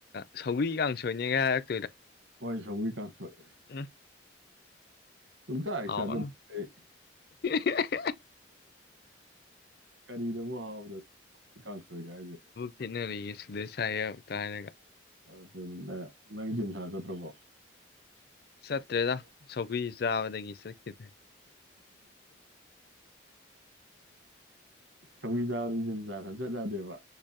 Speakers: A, on the left; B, on the right.
A: ꯁꯧꯕꯤ ꯀꯥꯡꯁꯣꯏꯅꯦꯒ ꯍꯥꯏꯔ
B: ꯍꯣꯏ ꯁꯧꯒꯔꯤ ꯀꯥꯁꫭꯏ
A: ꯎꯝ
B: ꯁꯨꯡ ꯆꯥ ꯍꯦꯛ
A: ꯍꯥꯎꯔꯅꯨ
B: ꯆꯥꯅꯤꯡꯗꯦ ꯑꯩ
A: <unintelligible>
B: ꯀꯔꯤꯅꯕꯨ ꯍꯥꯎꯕꯗ ꯀꯥꯡ ꯁꯣꯏꯒ ꯍꯥꯏꯁꯦ
A: ꯈꯦꯠꯅꯔꯤꯌꯦ ꯁꯨꯗꯔꯤ ꯁꯥꯏꯍꯦꯞ ꯀꯔꯒ
B: <unintelligible> ꯅꯪ ꯖꯤꯝ ꯁꯥꯥ ꯆꯠꯇꯕꯣ <unintelligible>
A: ꯆꯠꯇ꯭ꯔꯦꯗ ꯁꯧꯒ꯭ꯔꯤ ꯆꯥꯕꯗꯒꯤ ꯆꯠꯈꯤꯗ꯭ꯔꯦ
B: ꯁꯧꯒꯔꯤ ꯆꯥꯔꯁꯨ ꯖꯤꯝ ꯁꯥ ꯆꯠ ꯌꯥꯗꯦꯕ